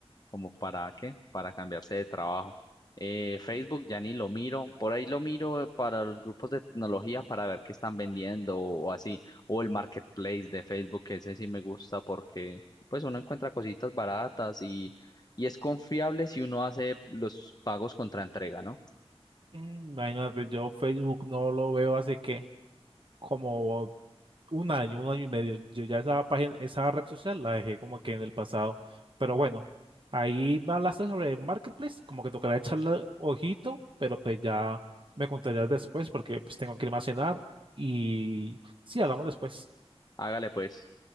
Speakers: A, on the left; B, on the right.
A: como para qué, para cambiarse de trabajo. Eh, Facebook ya ni lo miro, por ahí lo miro para los grupos de tecnología para ver qué están vendiendo o así, o el marketplace de Facebook, que ese sí me gusta porque pues uno encuentra cositas baratas y, y es confiable si uno hace los pagos contra entrega, ¿no?
B: Mm, Imagínate, yo Facebook no lo veo hace que como un año, un año y medio. Yo ya esa página, esa red social la dejé como que en el pasado. Pero bueno, ahí me hablaste sobre el Marketplace, como que tocará echarle ojito, pero pues ya me contarías después porque pues tengo que irme a cenar y sí, hablamos después.
A: Hágale pues.